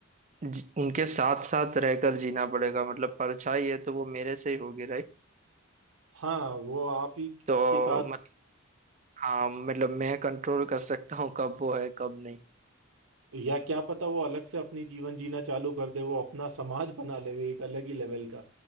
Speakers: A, on the right (about 35°); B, on the right (about 80°).
A: जी- उनके साथ साथ रहकर जीना पड़ेगा मतलब परछाई है तो वो मेरे से ही होगी
B: हाँ वो आप ही
A: तो
B: के साथ
A: मत हाँ मतलब मैं कंट्रोल कर सकता हूँ कब वो है कब नहीं
B: या क्या पता वो अलग से अपनी जीवन जीना चालू कर दे वो अपना समाज बना ले वो एक अलग ही लेवल का